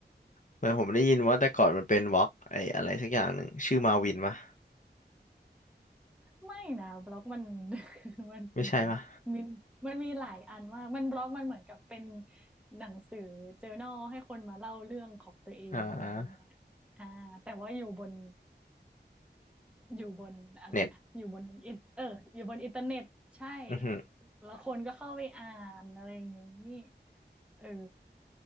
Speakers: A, on the left; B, in the centre.
A: เหมือนผมได้ยินว่าแต่ก่อนมันเป็นบล็อกไอ้อะไรสักอย่างหนึ่งชื่อมาวินปะ
B: ไม่นะบล็อกมัน <laughs> มันเป็น
A: ไม่ใช่ปะ
B: มันมันมีหลายอันมากมันบล็อกมันเหมือนกับเป็นหนังสือเจอ r n นลให้คนมาเล่าเรื่องของตัวเองอะไรอย่างเงี้ย
A: อ่า
B: อ่าแต่ว่าอยู่บนอยู่บนอะไรนะอยู่บนอินเอออยู่บนอินเทอร์เน็ตใช่
A: เน็ตอือฮึ
B: แล้วคนก็เข้าไปอ่านอะไรอย่างงี้เออ